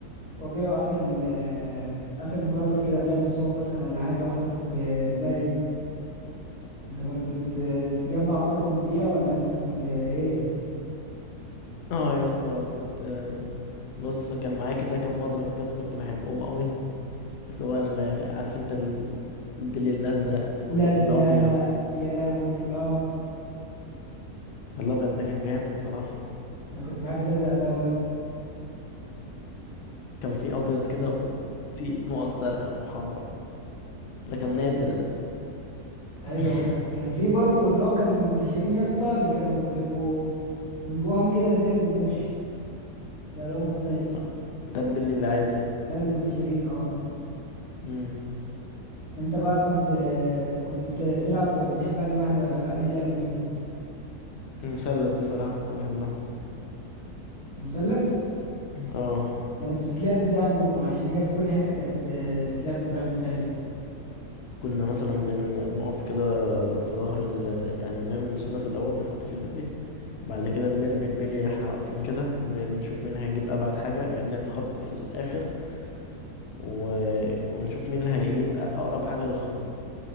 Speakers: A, on the left; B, on the left.
A: وأبيعه آخر ال آه، آخر مخلص كده أبيع نصهم مثلا ولا حاجة وأحتفظ بالباقي أنت كنت بت- بتجمع برضه وتبيع ولا أنت كنت إيه
B: اه يا اسطى كنت بص كان معايا كده كام مضرب كده كنت بحبهم قوي اللي هو ال- عارف انت ال- البلي الازرق
A: الأزرق
B: والابيض
A: يا لهوي أه
B: الابيض ده كان جامد صراحه
A: أنا كنت بحب الأزرق ده أوي يا اسطى
B: كان في ابيض كده وفي نقط زرقاء وحمراء ده كان
A: أيوه
B: نادر ده
A: أيوه
B: <laughs>
A: ك- كان في برضه اللي هو كان منتشرين يا اسطى اللي كانوا بيبقوا من جواهم كده زي الرموش بألوان مختلفة
B: لا، ده البلي العادي
A: ده اللي منتشرين أه
B: امم
A: أنت بقى كنت كنت بت- بتلعب بتحب أنهي واحدة أنهي لعبة فيهم
B: المثلث دي صراحه كنت بحبها
A: مثلث
B: اه
A: كانت بتتلعب ازاي عندكم علشان هي في كل حتة كانت آه، بتتلعب بطريقة مختلفة
B: كنا مثلا بن... بنقف كده في ظهر ال... يعني بنعمل مثلث الاول ونحط فيه البلي بعد كده بنرمي البلي احنا واقفين كده بن- بنشوف مين هيجيب ابعد حاجه يعني بنعمل خط في الاخر و... ونشوف مين اللي هيجيب اقرب حاجه للخط